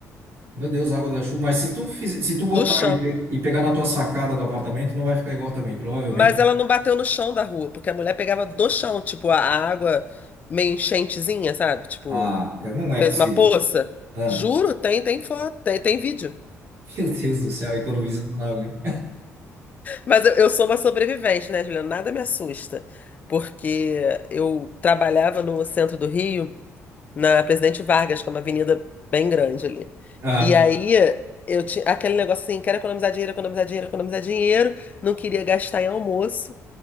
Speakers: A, on the right (about 50°); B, on the left (about 30°).
A: Meu Deus, água da chuva. Mas se tu, fiz- se tu botar
B: Do chão.
A: e, pe- e pegar na tua sacada do apartamento, não vai ficar igual também, provavelmente.
B: Mas ela
A: <laughs>
B: não bateu no chão da rua, porque a mulher pegava do chão, tipo, a água meio enchentezinha, sabe? Tipo,
A: Ah, cara, não é
B: fez
A: possível.
B: uma poça.
A: Ah,
B: Juro,
A: <laughs>
B: tem, tem foto, tem, tem vídeo.
A: meu Deus do céu, economizando na água, hein?
B: Mas eu, eu sou uma sobrevivente, né, Juliana? Nada me assusta. Porque eu trabalhava no centro do Rio. na Presidente Vargas, que é uma avenida bem grande ali.
A: Ah,
B: E aí eu tinha aquele negócio assim, quero economizar dinheiro, economizar dinheiro, economizar dinheiro, não queria gastar em almoço.